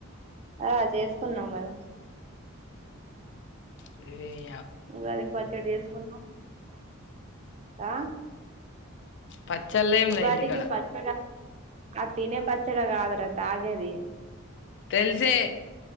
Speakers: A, on the right; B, on the left.
A: ఆ చేసుకున్నాం కదా
B: ఏధీ
A: ఉగాదికి పచ్చడి చేసుకున్నాం
B: పచ్చళ్ళ ఏం
A: ఉగాదికి
B: లేదు ఇంటికాడ
A: పచ్చ ఆ తినే పచ్చడాగా అ్రత ఆగేది
B: తెలిసే